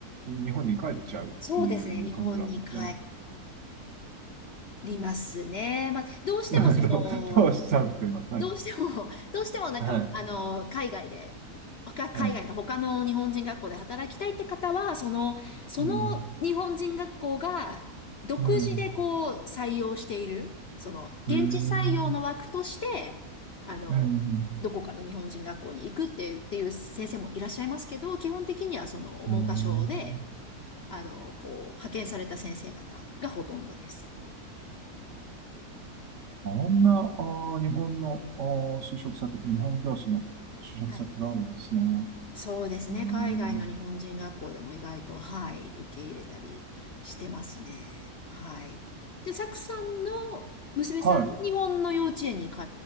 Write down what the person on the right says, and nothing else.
う日本に帰っちゃうっていう感じなんですね。
<laughs> なんかどう、どうしたんですか、今。はい。
はい。
はい。
うん。うん。
うん。
うん。
うん。
こんな、あー、日本の、あー、就職先、日本教師の就職先があるんですね。
うーん
はい。